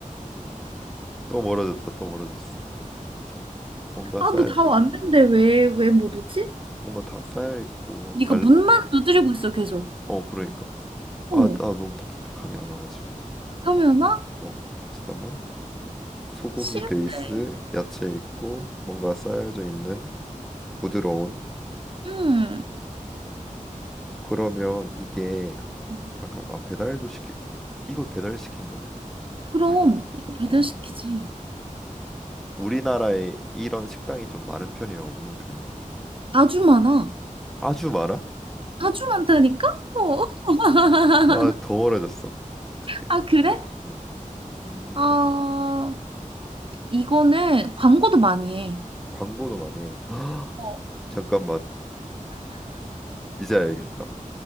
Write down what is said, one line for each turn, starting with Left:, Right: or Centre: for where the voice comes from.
Centre: 또 멀어졌다, 또 멀어졌어. 자, 뭔가
Right: 아,
Centre: 쌓여,
Right: 너 다 왔는데 왜, 왜 못 오지?
Centre: 뭔가 다 쌓여 있고
Right: 네가
Centre: 말,
Right: 문만 두드리고 있어, 계속.
Centre: 어, 그러니까.
Right: 어,
Centre: 아, 나 너무 답답해 감이 안 와가지고.
Right: 하면아?
Centre: 어, 잠깐만. 소고기
Right: 싫은데.
Centre: 베이스 야채 있고 뭔가 쌓여져 있는 부드러운
Right: 응,
Centre: 그러면 이게
Right: 응.
Centre: 아까 아 배달도 시키 이걸 배달시킨다고?
Right: 그럼,
Centre: 우리나라
Right: 이거 배달시키지.
Centre: 어 우리나라에 이런 식당이 좀 많은 편이야 없는 편이야?
Right: 아주 많아.
Centre: 아주 많아?
Right: 아주 많다니까? 어. <laughs>
Centre: 아 더 멀어졌어 어떡해
Right: 아, 그래?
Centre: 음, 음
Right: 아, 이거는 광고도 많이 해.
Centre: 광고도 많이 해 <gasps>
Right: 어.
Centre: 잠깐만 이제 알겠다